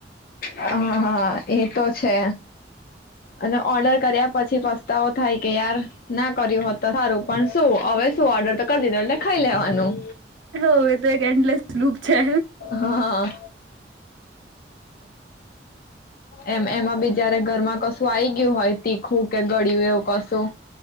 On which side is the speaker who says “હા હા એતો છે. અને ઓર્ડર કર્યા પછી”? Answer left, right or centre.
Left